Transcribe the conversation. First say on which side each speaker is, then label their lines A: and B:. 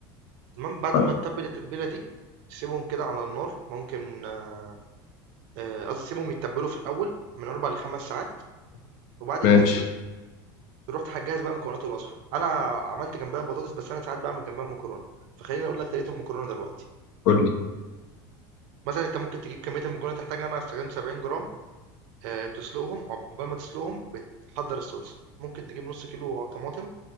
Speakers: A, on the right; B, on the left.
A: تمام، بعد
B: طيب،
A: ما تتبّل التتبيلة دي، تسيبهم كده على النار ممكن آه، آه، قصدي تسيبهم يتبلوا في الأول من أربع لخمس ساعات وبعد
B: ماشي
A: التتبيل رحت هجهز بقى مكونات الوصفة أنا عملت جنبها بطاطس بس أنا ساعات بعمل جنبها مكرونة فخليني أقول لك طريقة المكرونة دلوقتي
B: قول لي
A: مثلا أنت ممكن تجيب كمية المكرونة اللي تحتاجها أنا استخدمت 70 جرام آه، بتسلقهم وعقبال ما تسلقهم بتحضر الصلصة ممكن تجيب نص كيلو طماطم